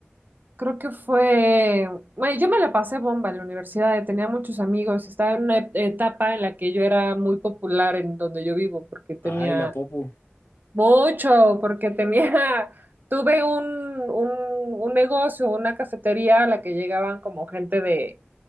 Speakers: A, on the right; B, on the left.
A: creo que fue... Bueno, yo me la pasé bomba en la universidad, eh, tenía muchos amigos, estaba en una e- etapa en la que yo era muy popular en donde yo vivo, porque tenía
B: Ay, la Popu.
A: Mucho, porque tenía, <laughs> tuve un, un, un negocio, una cafetería a la que llegaban como gente de,